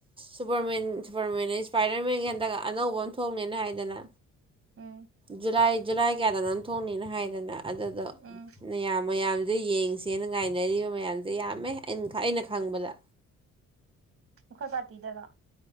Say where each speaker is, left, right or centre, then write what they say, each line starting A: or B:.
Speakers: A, on the right; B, on the right.
A: ꯁꯨꯄꯔꯃꯦꯟ ꯁꯨꯄꯔꯃꯅꯦꯟ ꯏꯁꯄꯥꯏꯗꯔꯃꯦꯟꯒꯤ ꯍꯟꯗꯛ ꯑꯅꯧꯕ ꯑꯃ ꯊꯣꯛꯅꯦꯅ ꯍꯥꯏꯗꯅ
B: ꯎꯝ
A: ꯖꯨꯂꯥꯏ ꯖꯨꯂꯥꯏ ꯀꯌꯥꯗ ꯅꯪ ꯊꯣꯡꯅꯤꯅ ꯍꯥꯏꯗꯅ ꯑꯗꯨꯗꯣ
B: ꯎꯝ
A: ꯃꯌꯥꯝ ꯃꯌꯥꯝꯁꯦ ꯌꯦꯡꯁꯦꯅ ꯉꯥꯏꯅꯔꯤꯕ ꯃꯌꯥꯝꯁꯦ ꯌꯥꯝꯃꯦ ꯑꯩ ꯑꯩꯅ ꯈꯪꯕꯗ꯫
B: ꯑꯩꯈꯣꯏ ꯄꯥꯔꯇꯤꯗꯔꯣ꯫